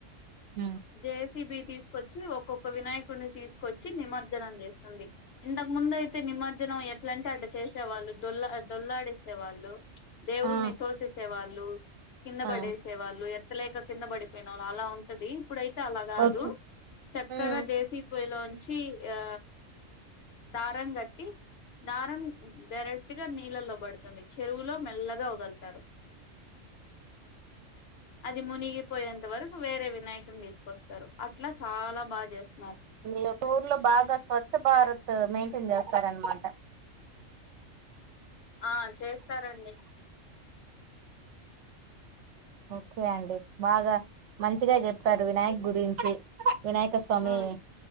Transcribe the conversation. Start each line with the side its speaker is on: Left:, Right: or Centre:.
Right: హ్మ్.
Left: జేసీబి తీసుకొచ్చి ఒక్ ఒకొక్క వినాయకుడిని తీసుకొచ్చి నిమజ్జనం చేస్తుంది, ఇంతకు ముందు అయితే నిమజ్జనం ఎట్లంటే అట్లా జ చేసేవాళ్ళు దొల్లా దొల్లాడిస్తే వాళ్ళు దేవుడిని
Right: ఆ
Left: తోసేసేవాళ్ళు కింద
Right: ఆ
Left: పడేసే వాళ్ళు ఎత్ ఎత్తలేక కింద పడిపోయిన వాళ్ళు అలా ఉంటది. ఇప్పుడైతే అలా కాదు
Right: ఓకే
Left: చక్కగా
Right: హ్మ్.
Left: జేసిపి పోయిలో నుంచ్ చి ఆ దారం కట్టి దారం డైరెక్ట్ ట్గా నీళ్ళల్లోబడుతుంది చెరువులో మెల్లగా వదలుతారు.
Right: <inaudible>
Left: అది మునిగిపోయేంత వరకు వేరే వినాయకున్ని తీసుకొస్తారు అట్లా చాలా బాగా చేస్త్
Right: మీలో టూర్ లో బాగా స్వచ్ఛ భారత్ మెయింటైన్ చేస్తారనమాట.
Left: ఆ చేస్తారండి
Right: ఓకే అండి బాగా మంచిగా చెప్పారు వినాయక్ గురించి. వినాయక స్వామి
Left: ఉమ్,